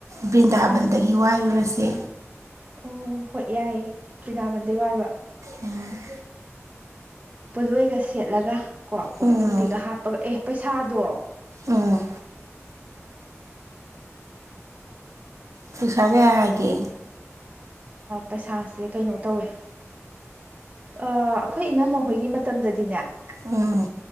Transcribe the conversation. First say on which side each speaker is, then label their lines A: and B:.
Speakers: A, on the right; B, on the right.
A: ꯕ꯭ꯔꯤꯟꯗꯥꯕꯟꯗꯒꯤ
B: ꯎꯝ
A: ꯋꯥꯔꯨꯔꯁꯦ
B: ꯑꯣ ꯍꯣꯏ ꯌꯥꯏꯌꯦ ꯇꯦꯅꯥꯃꯟꯗꯩ ꯋꯥꯏꯕ
A: ꯎꯝ
B: ꯄꯣꯠꯂꯣꯏꯒ ꯁꯦꯠꯂꯒ ꯀꯣ ꯀꯣꯛꯇꯨꯝꯕꯤꯒ
A: ꯎꯝ
B: ꯍꯥꯞꯄꯒ ꯑꯦ ꯄꯩꯁꯥꯗꯣ
A: ꯑꯥ ꯄꯩꯁꯥ ꯀꯌꯥ ꯍꯥꯏꯒꯦ
B: ꯄꯩꯁꯥꯁꯦ ꯀꯩꯅꯣ ꯇꯧꯋꯦ ꯑꯩꯈꯣꯏ ꯏꯅꯝꯃ ꯍꯣꯏꯒꯤ ꯃꯇꯝꯗꯗꯤꯅꯦ
A: ꯎꯝ